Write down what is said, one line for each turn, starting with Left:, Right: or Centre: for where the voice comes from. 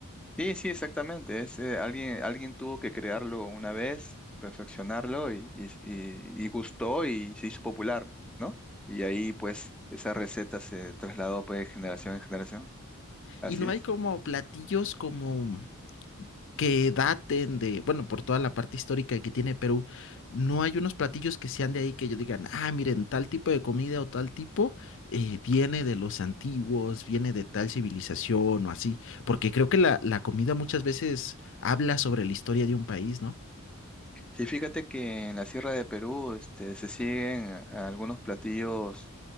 Centre: Sí, sí, exactamente. Es, eh, alguien, alguien tuvo que crearlo una vez, perfeccionarlo y, y, y- y gustó y se hizo popular, ¿no? Y ahí pues esa receta se trasladó pues de generación en generación. Así
Left: Y no
Centre: es.
Left: hay como platillos como... que daten de, bueno, por toda la parte histórica que tiene Perú, no hay unos platillos que sean de ahí que ellos digan, ah, miren, tal tipo de comida o tal tipo eh, viene de los antiguos, viene de tal civilización o así, porque creo que la, la comida muchas veces habla sobre la historia de un país, ¿no?
Centre: Sí, fíjate que en la Sierra de Perú, este, se siguen a- algunos platillos